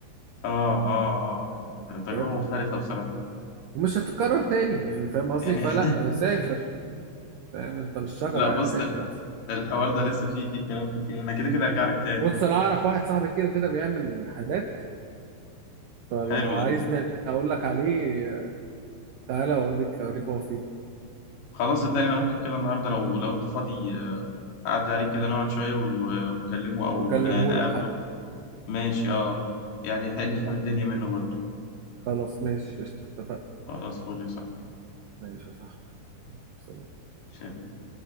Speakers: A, on the left (about 70°); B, on the right (about 75°).
A: أه أه آه.
B: انت
A: تجربة
B: فاهم
A: مختلفة بصراحة
B: ومش هتتكرر تاني يعني فاهم قصدي
A: يعني
B: فلا
A: <laughs>
B: آه، سافر فاهم انت مش شجره
A: لا
B: يعني
A: بص
B: سافر احسن
A: الحوار ده لسه فيه فيه كلام كتير أنا كده كده أرجع لك تاني
B: بص انا اعرف واحد صاحبي كده كده بيعمل حاجات فلو
A: حلو
B: عايزني
A: ده
B: اقول لك عليه تعالى اقول لك اوريك هو فين
A: خلاص صدقني أنا ممكن كده النهاردة لو لو أنت فاضي آه، أعدي عليك كده نقعد شوية و- ونكلمه أو
B: واكلمه
A: نقابله
B: لك حتى
A: ماشي اه يعني حلو نفهم الدنيا منه برضو
B: خلاص ماشي قشطة، اتفقنا
A: خلاص فولي
B: ماشي يا صاحبي سلام.
A: صح